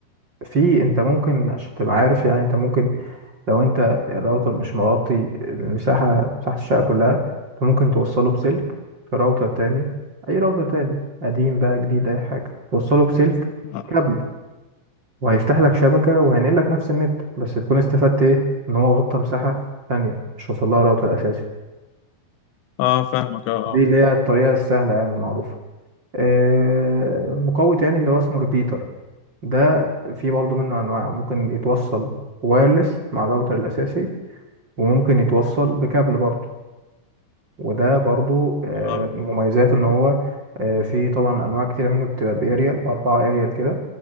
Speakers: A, on the right; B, on the left.
A: في انت ممكن عشان تبقى عارف يعني انت ممكن لو انت الراوتر مش مغطي المساحة مساحة الشقة كلها انت ممكن توصله بسلك في راوتر تاني اي راوتر تاني قديم بقى جديد اي حاجة توصله بسلك
B: اه
A: كابل وهيفتح لك شبكة وهينقل لك نفس النت بس تكون استفدت ايه ان هو غطى مساحة تانية مش وصل لها راوتر اساسي
B: آه، فاهمك اه
A: دي
B: اه
A: اللي هي الطريقة السهلة يعني المعروفة آه، مقوي تاني اللي هو اسمه ريبيتر ده في برضه منه انواع ممكن يتوصل وايرلس مع الراوتر الاساسي وممكن يتوصل بكابل برضه وده برضو آه،
B: اه
A: مميزاته ان هو آه، في طبعا انواع كتيرة منه بتبقى باريال اربعة اريال كده